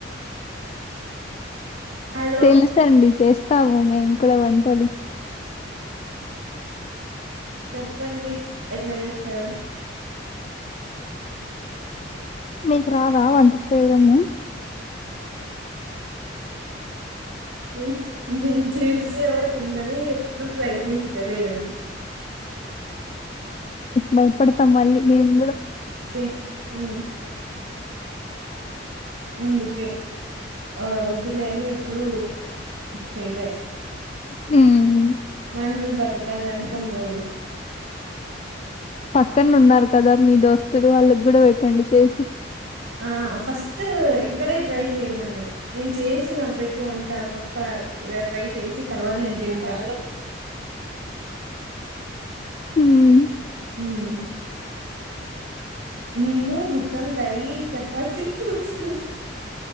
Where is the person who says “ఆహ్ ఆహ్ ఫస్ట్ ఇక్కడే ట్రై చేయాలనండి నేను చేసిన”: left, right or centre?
Right